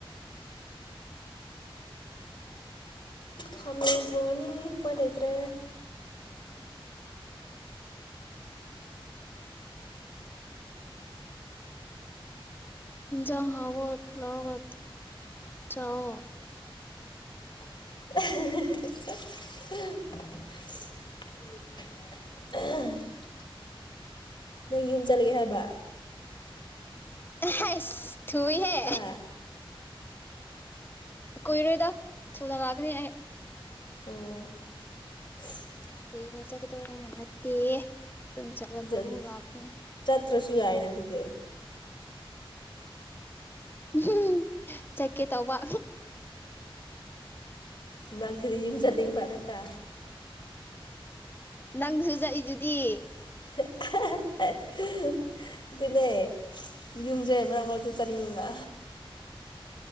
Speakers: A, on the left; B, on the left.
A: ꯈꯥꯃꯦꯟ ꯊꯣꯡꯉꯅꯤ ꯎꯄꯣꯏ ꯂꯩꯇ꯭ꯔꯦ
B: ꯍꯟꯖꯥꯡ ꯍꯥꯕ ꯂꯔ ꯆꯑꯣ
A: <inaudible> ꯑ ꯅꯪ ꯌꯨꯝ ꯆꯠꯂꯒꯦ ꯍꯥꯏꯕ
B: ꯔꯥꯏꯁ ꯊꯨꯏꯍꯦ
A: ꯍꯥ
B: ꯀꯨꯏꯔ ꯁꯣꯗ ꯂꯒꯅꯤ
A: ꯑꯣ
B: ꯀꯅ ꯆꯠꯀꯗꯧꯕꯕ ꯅꯠꯇꯦ ꯑꯗꯨꯝ ꯆꯠꯂꯒ
A: ꯖꯠ
B: ꯑꯃꯨꯛ ꯉꯥꯛꯅꯤ
A: ꯆꯠꯇ꯭ꯔꯁꯨ ꯌꯥꯏꯅ ꯑꯗꯨꯨꯗ
B: ꯎꯝ ꯆꯀꯦ ꯇꯧꯋꯥ
A: ꯔ ꯊꯗꯤ ꯌꯦ ꯆꯅꯤꯡ ꯃꯥ ꯆ ꯆ
B: ꯅꯪꯁꯨ ꯆꯛꯏꯗꯨꯗꯤ
A: <inaudible> ꯑꯗꯨꯅꯦ ꯌꯨꯝꯁꯦ ꯃꯔꯛ ꯃꯔꯛꯇ ꯆꯠꯅꯤꯡꯉꯦꯕ